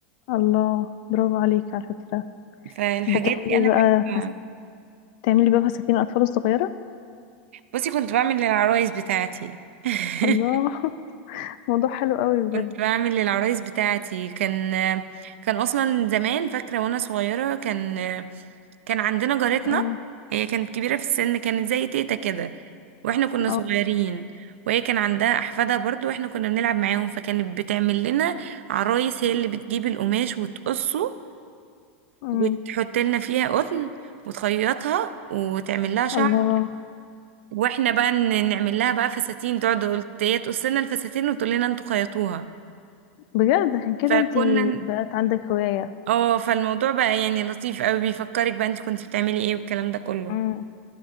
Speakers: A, on the left; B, on the right.
A: الله برافو عليك على فكرة
B: فالحاجات
A: بتعملي
B: دي انا
A: بقى
B: بحبها
A: فس... بتعملي بقى فساتين الأطفال الصغيرة
B: بصي كنت بعمل للعرايس بتاعتي <laughs>
A: الله <laughs> موضوع حلو قوي بجد
B: كنت بعمل للعرايس بتاعتي كان كان اصلا زمان فاكره وانا صغيره كان كان عندنا جارتنا
A: امم
B: هي كانت كبيره في السن كانت زي تيتا كده واحنا كنا
A: اه
B: صغيرين وهي كان عندها احفادها برضو واحنا كنا بنلعب معاهم فكانت بتعمل لنا عرايس هي اللي بتجيب القماش وتقصه
A: امم
B: وتحط لنا فيها قطن وتخيطها وتعمل لها شعر
A: الله
B: واحنا بقى ن- نعمل لها بقى فساتين تقعد تقول هي تقص لنا الفساتين وتقول لنا انتوا خيطوها
A: بجد عشان كده
B: فكنا
A: انتي بقت عندك هواية
B: اه فالموضوع بقى يعني لطيف قوي بيفكرك بقى انت كنت بتعملي ايه والكلام ده كله
A: امم